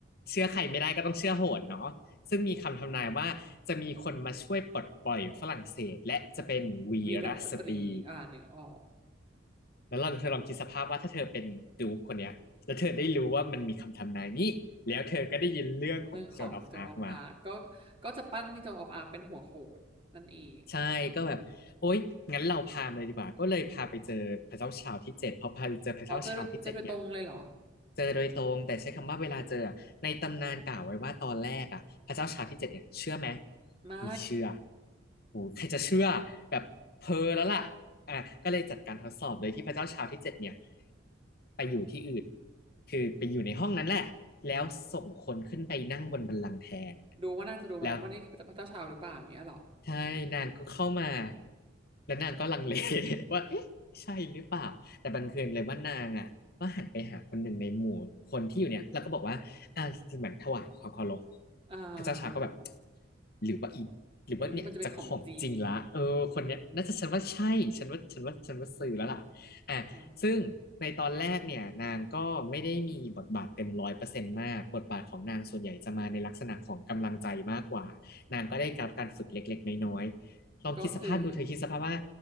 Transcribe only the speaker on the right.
วีรสตรีอ่าหนึ่งออก
เรื่องของโจนออฟอาร์คก็
ก็จะปั้นโจนออฟอาร์คเป็นหัวโขนนั่นเอง
อ๋อเจอเจอโดยตรงเลยเหรอ
ไม่
ดูว่าน่าจะดูไหมวันนี้พระเจ้าชาวหรือเปล่าอย่างเงี้ยเหรอ
อ่า
อย่างนี้มันจะเป็นของจริง <laughs>
อ่า
ก็คือ